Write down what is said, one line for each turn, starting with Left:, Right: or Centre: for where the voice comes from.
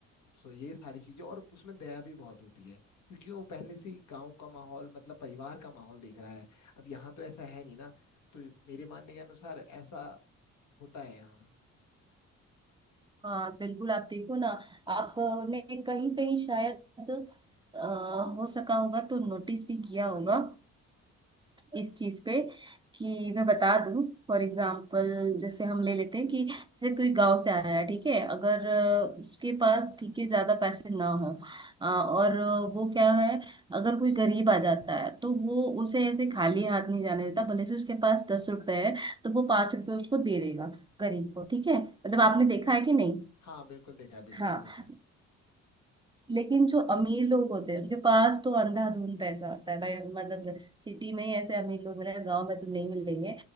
Left: सो ये सारी चीजें और उसमें दया भी बहुत होती है क्योंकि वो पहले से ही गांव का माहौल मतलब परिवार का माहौल देख रहा है अब यहाँ तो ऐसा है नहीं ना तो मेरे मानने के अनुसार ऐसा होता है यहाँ
Right: हाँ बिल्कुल आप देखो ना आपने कहीं कहीं शायद अ, हो सका होगा तो नोटिस भी किया होगा इस चीज पे कि मैं बता दूं फॉर एग्जाम्पल जैसे हम ले लेते हैं कि जैसे कोई गांव से आया है ठीक है अगर अ, उसके पास ठीक है ज्यादा पैसे ना हो अ, और अ, वो क्या है अगर कोई गरीब आ जाता है तो वो उसे ऐसे खाली हाथ नहीं जाने देता भले से उसके पास दस रुपए है तो वो पांच रुपए उसको दे देगा गरीब को ठीक है मतलब
Left: बिल्कुल
Right: आपने देखा है कि नहीं
Left: हाँ बिल्कुल देखा है बिल्कुल
Right: हाँ
Left: देखा है
Right: लेकिन जो अमीर लोग होते हैं उनके पास तो अंधाधुंध पैसा होता है भाई मतलब सिटी में ही ऐसे अमीर लोग मिलेंगे गांव में तो नहीं मिलेंगे